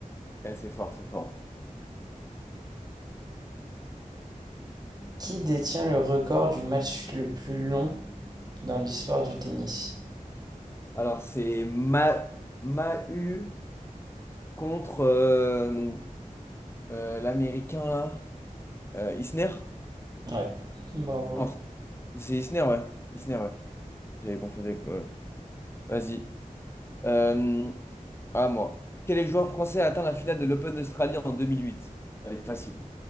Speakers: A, on the left; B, on the right.
A: Ouais, c'est fort, c'est fort.
B: Qui détient le record du match le plus long dans l'histoire du tennis?
A: Alors, c'est Ma Mahu contre euh, euh, l'Américain, là. Euh, Isner?
B: Ouais, bravo.
A: Non, c'est Isner, ouais. Isner, ouais. J'avais confondu avec... ouais. Vas-y. Euh, à moi. Quel est le joueur français à atteindre la finale de l'Open d'Australie en 2008? Elle est facile.